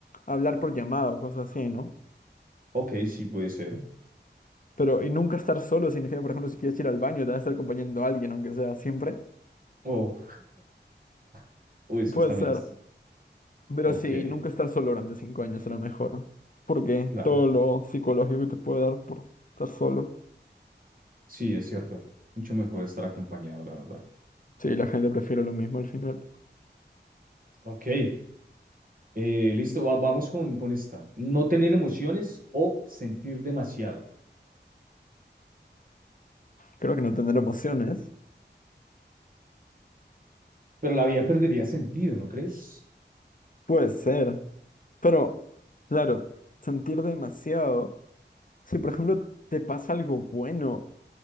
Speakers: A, on the left (about 45°); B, on the right (about 50°).
A: hablar por llamado, cosas así, ¿no?
B: Ok, sí puede ser.
A: Pero, y nunca estar solo significa, por ejemplo, si quieres ir al baño, te vas a estar acompañando a alguien, aunque sea siempre.
B: Oh, <laughs> uy, eso
A: Puede
B: es también
A: ser.
B: es.
A: Pero
B: Ok,
A: sí, nunca estar solo durante cinco años será mejor. Porque
B: claro.
A: todo lo psicológico que te puede dar por estar solo.
B: Sí, es cierto. Mucho mejor estar acompañado, la verdad.
A: Sí, la gente prefiere lo mismo al final.
B: Ok, eh, listo, va- vamos con, con esta. No tener emociones o sentir demasiado.
A: Creo que no tener emociones.
B: Pero la vida perdería sentido, ¿no crees?
A: Puede ser. Pero, claro, sentir demasiado. Si, por ejemplo, te pasa algo bueno,